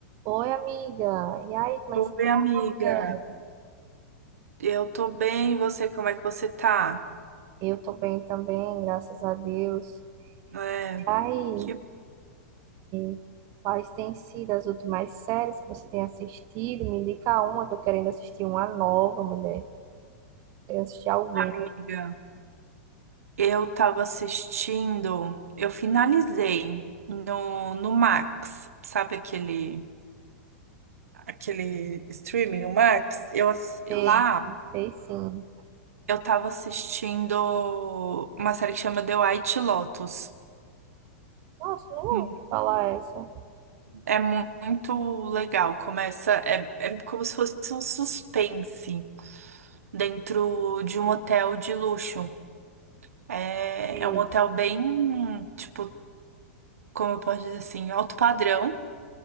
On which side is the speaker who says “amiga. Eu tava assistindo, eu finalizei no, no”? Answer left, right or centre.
Right